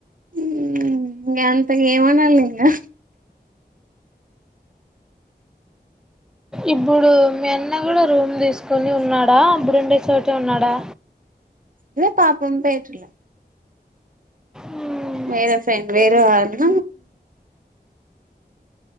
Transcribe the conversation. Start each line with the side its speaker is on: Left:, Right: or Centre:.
Right: ఇం ఇంగ అంతగా ఏమనాల ఇంకా
Centre: ఇప్పుడు మీ అన్న కూడా రూమ్ తీసుకొని ఉన్నాడా అప్పుడుండే చోటే ఉన్నాడా
Right: ఇదే పాపం పోయటలే
Centre: మ్మ్
Right: వేరే ఫ్రెండ్ వేరే అన్న